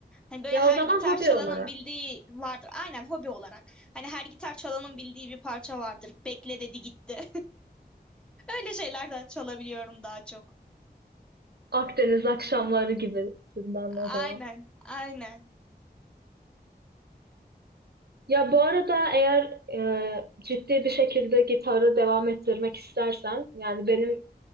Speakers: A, in the centre; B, on the right.
A: Hani böyle
B: Ya
A: her
B: o zaman
A: gitar
B: hobi
A: çalanın
B: olarak.
A: bildiği vardır. Aynen hobi olarak. Hani her gitar çalanın bildiği bir parça vardır. Bekle dedi gitti. Öyle şeyler de çalabiliyorum daha çok.
B: Akdeniz akşamları gibisinden o zaman.
A: Aynen, aynen.
B: Ya bu arada eğer e, ciddi bir şekilde gitarı devam ettirmek istersen, yani benim